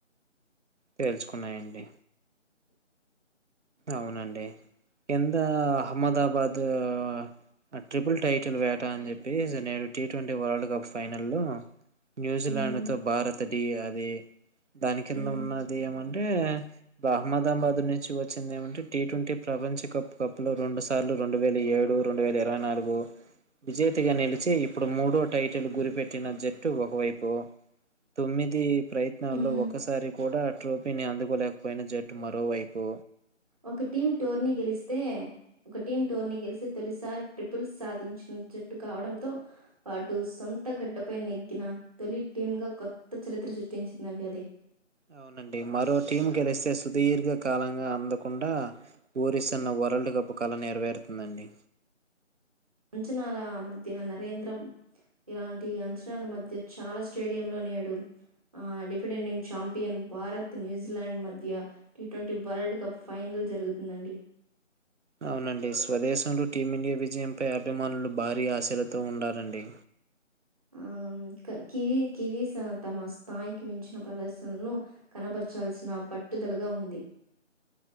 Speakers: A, on the right (about 65°); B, on the right (about 30°).
A: తేలుచుకున్నాయండి. అవునండి ఎంత అహ్మదాబాద్. ఆహ్. ఆ ట్రిపుల్ టైటిల్ వేటా అని చెప్పి. నేను T twenty world cup final లో న్యూజిలాండ్
B: హ్మ్.
A: తో భారత్. తది అది. దాని కింద
B: మ్మ్
A: ఉన్నది ఏమన్. అంతేగ అహ్మదాబాద్ నుంచి. నేనేమంటే టిట్వంటీ ప్రపంచ కప్ లో రెండు సార్లు రెండు వేల ఏడు, రెండు వేల ఇరవై నాలుగు విజేతగా నిలిచి ఇప్పుడు మూడో టైటిల్ గురిపెట్టిన జట్టు ఒకవైపు. తొమ్మిది ప్రయత్నాల్లో
B: మ్మ్
A: ఒకసారి కూడా. ట్రోఫీని అందుకోలేకపోయిన జట్టు మరోవైపు.
B: ఒక టీమ్ టోర్ ని గెలిస్తే ఒక టీమ్ టోర్ ని గెలిస్. తొలిసారి ట్రిపుల్స్ సాధించిన జట్టు కావడంతో పాటు సొంత గడ్డపై నెగ్గిన తొలి టీమ్ గా కొత్త చరిత్ర సృష్టించిందండి అది.
A: అవునండి మరో టీం గెలిస్తే స. సుదీర్ఘ కాలంగా అందకుండా ఊరిస్తున్న వరల్డ్ కప్ కళ నెరవేరుతుందండి.
B: అంచనాల మధ్య నరేంద్ర ఇలాంటి అంచనాల మధ్య చాలా స్టేడియంలో నేడు ఆ డిఫెండింగ్ ఛాంపియన్ భారత్ న్యూజిలాండ్ మధ్య టీట్వంటీ వరల్డ్ కప్ ఫైనల్ జరుగుతుందండి.
A: అవునండి స్వదేశంలో టీమిండియా విజయంపై అభిమానులు భారీ ఆశలతో ఉండారండి.
B: ఆహ్ కివి కివీస్ తమ స్థాయికి మించిన ప్రదర్శనలను కనబరచాల్సిన పట్టుదలగా ఉంది.